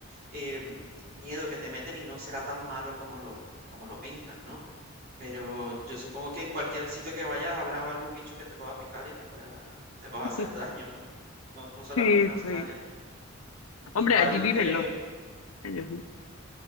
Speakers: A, on the right; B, on the left.
A: eh, miedo que te meten y no será tan malo como lo, como lo pintan, ¿no? Pero yo supongo que en cualquier sitio que vayas habrá algún bicho que te pueda picar y te pueda, te pueda
B: <laughs>
A: hacer daño, ¿no? No, no solamente
B: Sí,
A: en Australia.
B: sí.
A: Igual,
B: Hombre, allí viven
A: eh,
B: los, ellos, ¿no?